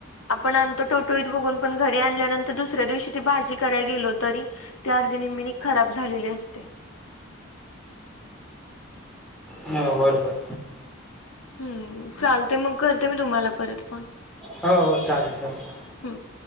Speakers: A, on the left; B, in the centre.
A: आपण आणतो टवटवीत बघून पण घरी आणल्यानंतर दुसऱ्या दिवशी ती भाजी करायला गेलो तरी त्या अर्ध्या निम्म्याने खराब झालेली असते.
B: हो बरोबर.
A: हम्म, चालतंय मग करते मी तुम्हाला परत फोन.
B: हो, हो, चालेल, चालेल.
A: हम्म.